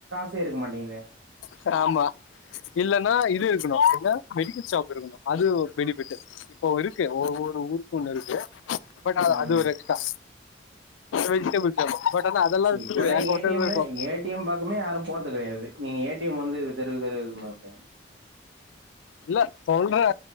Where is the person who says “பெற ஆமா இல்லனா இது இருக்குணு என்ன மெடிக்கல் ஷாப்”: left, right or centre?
Left